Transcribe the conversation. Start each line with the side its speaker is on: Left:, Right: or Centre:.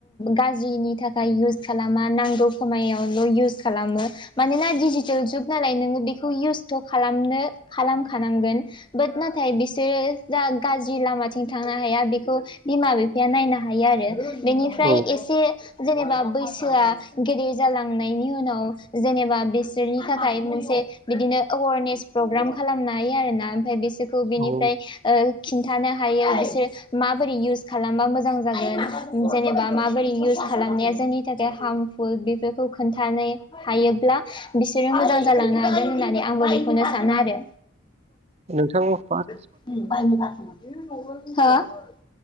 Left: गाज्रिनि थाखाय इउस खालामा नांगौ समायावल' इउस खालामो मानोना दिडिजिटेल जुग नालाय नोङो बेखौ इउसथ' खालामनो खालामखानांगोन बोद नाथाय बिसोरो जा गाज्रि लामाथिं थांनो हाया बेखौ बिमा बिफाया नायनो हायो आरो बेनिफ्राय
Right: औ
Left: एसे जेनेबा बैसोआ गेदेर जालांनायनि उनाव जेनेबा बिसोरनि थाखाय मोनसे बिदिनो एवारनेस प्रग्राम खालामनो हायो आरोना ओमफ्राय बिसोरखौ बिनिफ्राय
Right: औ औ
Left: ओ खिन्थानो हायो बिसोर माबोरै इउस खालामबा मोजां जागोन जेनेबा माबोरै इउस खालामनाया जोंनि थाखाय हार्मफुल बेफोरखौ खोन्थानाय हायोब्ला बिसोरो मोजां जालांनो हागोन होननानै आंबो बेखौनो सानो आरो
Right: नोंथां बाट
Left: <inaudible> हो